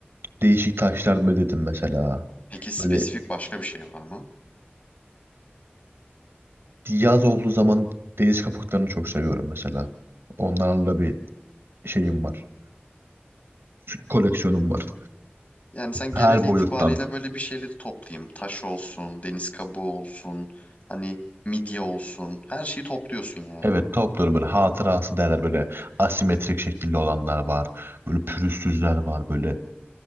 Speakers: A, on the right; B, on the left.
A: değişik taşlar mı dedim mesela.
B: Peki spesifik
A: Böyle
B: başka bir şey var mı?
A: yaz olduğu zaman deniz kabuklarını çok seviyorum mesela. Onlarla bir şeyim var. Koleksiyonum var.
B: Yani sen genel
A: Her
B: itibariyle
A: boyuttan.
B: böyle bir şeyleri toplayayım. Taş olsun, deniz kabuğu olsun, hani midye olsun. Her şeyi topluyorsun yani.
A: Evet topluyorum böyle hatırası derler böyle asimetrik şekilde olanlar var. Böyle pürüzsüzler var böyle.